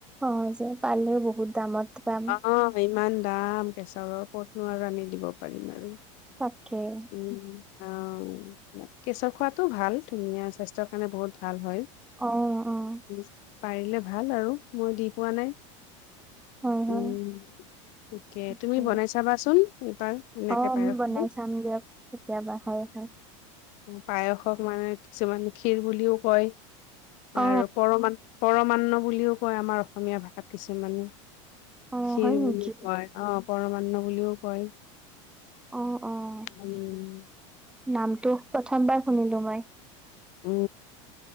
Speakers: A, in the centre; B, on the left.
A: অ' যে পালেও বহুত দামত। পাম
B: অ' ইমান দাম কেশৰৰ ক'ত নো আৰু আমি দিব পাৰিম আৰু
A: তাকে
B: উম অ' কেঁচৰ খোৱাতো ভাল ধুনীয়া স্বাস্থ্যৰ কাৰণে বহুত ভাল হয়।
A: অ' অ'।
B: উম, পাৰিলে ভাল আৰু মই দি পোৱা নাই।
A: হয় হয়
B: উম
A: তাকে
B: তুমি বনাই চাবাচোন। এইবাৰ অনেকে
A: অ আমি
B: পায়োহ
A: বনাই
B: টো
A: চাম দিয়ক কেতিয়াবা হয় হয়।
B: পায়সক মানে কিছুমান ক্ষীৰ বুলিও কয়
A: অ
B: আৰু পৰমাণ, মান্ন বুলিও কয় আমাৰ অসমীয়া ভাষাত কিছুমানে।
A: অ
B: ক্ষীৰ
A: হয় নেকি
B: বুলি কয় অ। পৰমান্ন বুলিও কয়।
A: অ অ'
B: উম,
A: নামটো প্ৰথমবাৰ শুনিলো মই।
B: উ।